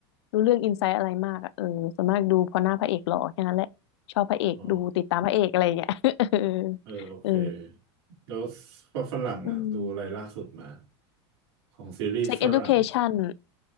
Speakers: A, on the left (about 85°); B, on the right (about 75°).
A: รู้เรื่องอินไซต์อะไรมากอ่ะเออส่วนมากดูเพอหน้าพระเอกหล่อแค่นั้นแหละชอบพระเอกดูติดตามพระเอกอะไรอย่างเงี้ย
B: อ๋อ
A: <laughs> เออ
B: เออโอเค
A: เออ
B: แล้วฝรั่งอ่ะดูอะไรล่าสุดมา
A: อืม
B: ของซีรีส์ฝรั่ง
A: Sex Education